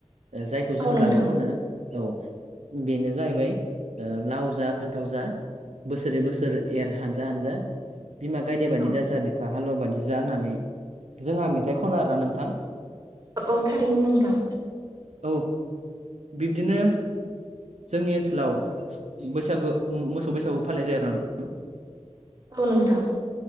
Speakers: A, on the right (about 75°); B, on the right (about 30°).
A: जायखौ जोंङो
B: औ नोंथां
A: दाबो खननो औ बेनो जाहैबाय लाव जा फान्थाव जा बोसोरै बोसोर एर हानजा हानजा बिमा गायदे बादि
B: औ
A: दा जा बिफा हालुवा बादि जा होननानै जोंहा मेथाइ खनो आरोना नोंथां
B: औ औ थारैनो नोंथां
A: औ बिब्दिनो जोंनि ओनसोलाव बैसागु मोसौ बैसागु फालिनाय जायो आरो नोंथां
B: औ नोंथां